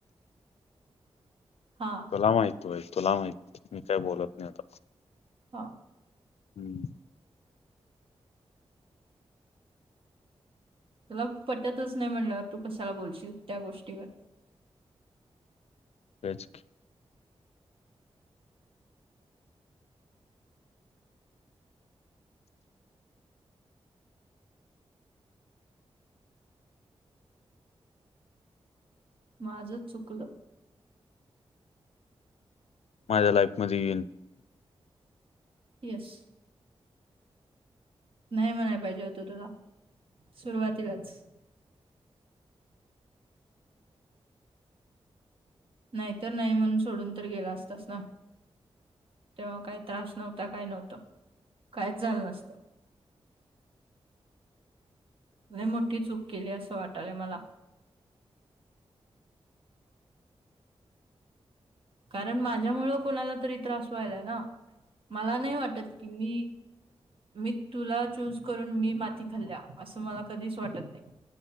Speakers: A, on the right; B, on the left.
A: हा.
B: तुला माहित तू आहेस तुला माहित मी काय बोलत नाही आता
A: हां.
B: हम्म.
A: तुला पटतच नाही. म्हटल्यावर तू कशाला बोलशील त्या गोष्टीवर
B: होयचं की.
A: माझंच चुकलं.
B: माझ्या लाईफ मध्ये येवून.
A: यस. नाही म्हणायला पाहिजे होत. तुला सुरुवातीलाच नाहीतर नाही म्हणून सोडून तर गेला असतास ना. तेव्हा काही त्रास नव्हता. काय नव्हत. काहीच झालं नसतं. लय मोठी चूक केली असं वाटालय मला. कारण माझ्या मुळं कोणाला तरी त्रास व्हायला आहे. ना मला नाही वाटत की मी मी तुला चूज करून मी माती खाल्ल्या असं मला कधीच वाटत नाही.